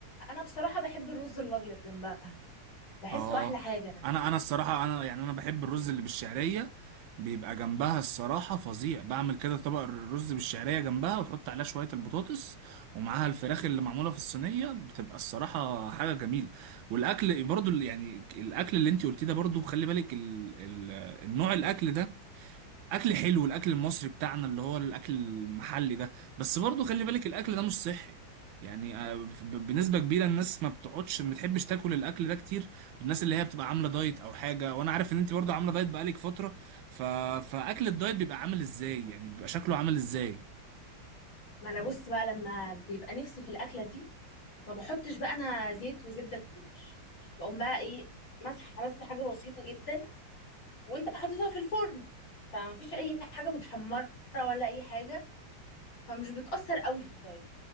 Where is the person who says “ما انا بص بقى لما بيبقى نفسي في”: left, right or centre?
Left